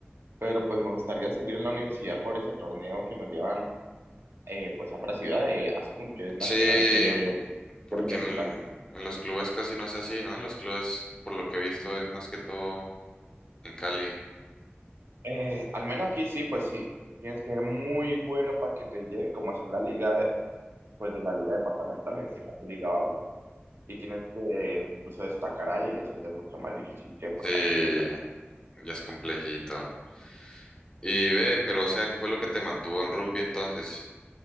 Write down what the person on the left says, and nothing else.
Sí, p-
porque
en, en los clubes casi no es así, ¿no? En los clubes, por lo que he visto, es más que todo en Cali.
Sí,
ya es complejito. Y ve, pero o sea, ¿qué fue lo que te mantuvo en rugby entonces